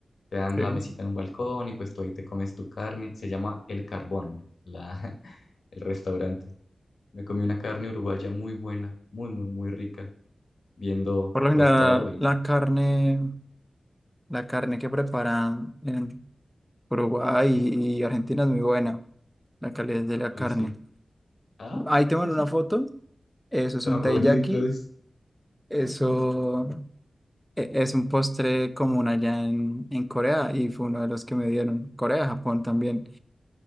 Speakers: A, on the left (about 75°); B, in the centre.
A: Te dan
B: sí.
A: la mesita en un balcón y pues tú ahí te comes tu carne. Se llama El Carbón, la, <laughs> el restaurante. Me comí una carne uruguaya muy buena, muy, muy, muy rica, viendo
B: Por lo general,
A: pues todo y...
B: la carne, la carne que preparan en Uruguay y y Argentina es muy buena, la calidad de la
A: Uy,
B: carne.
A: sí. ¡Ay,
B: Ahí te mando una foto, eso es
A: tan
B: un
A: bonitos!
B: taiyaki, eso...
A: <laughs>
B: e- es un postre común allá en, en Corea y fue uno de los que me dieron. Corea, Japón también.